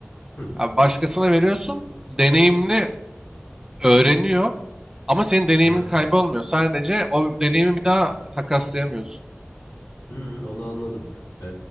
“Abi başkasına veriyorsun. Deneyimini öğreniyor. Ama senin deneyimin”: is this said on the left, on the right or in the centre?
Right